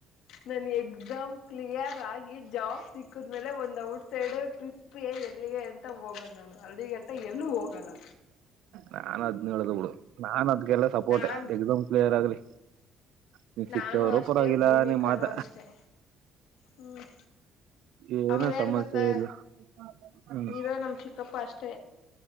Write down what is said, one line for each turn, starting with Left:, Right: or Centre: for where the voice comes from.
Left: ನನ್ ಎಕ್ಸಾಮ್ ಕ್ಲಿಯರ್ ಆಗಿ ಜಾಬ್ ಸಿಕ್ಕಿದ್ಮೇಲೆ ಒಂದ ಔಟ್ಸೈಡ್ ಟ್ರಿಪ್ ಎಲ್ಲಿಗೆ ಅಂತ ಹೋಗದ್ ನಾನು ಅಲ್ಲಿ ಗಂಟ ಎಲ್ಲೂ ಹೋಗಲ್ಲ
Right: ನಾನ್ ಅದನ ಹೇಳ್ದ ಬಿಡು ನಾನ್ ಅದ್ಗೆಲ್ಲ ಸಪೋರ್ಟೆ
Left: ನಾನ್
Right: ಎಕ್ಸಾಮ್ ಕ್ಲಿಯರ್ ಆಗ್ಲಿ ನೀ ಸಿಕ್ತಾ
Left: ನಾನು
Right: ಹೋದ್ರು
Left: ಅಷ್ಟೇ
Right: ಪರ್ವಾಗಿಲ್ಲ
Left: ಭೂಮಿಕಾನೂ
Right: ನೀ ಮಾತ
Left: ಅಷ್ಟೇ ಹ್ಮ್
Right: ಏನು
Left: ಆಮೇಲೆ ಏನ್
Right: ಸಮಸ್ಯೆ
Left: ಗತ್ತಾ
Right: ಇಲ್ಲ ಹ್ಮ್
Left: ನೀರ ನಮ್ ಚಿಕ್ಕಪ್ಪ ಅಷ್ಟೇ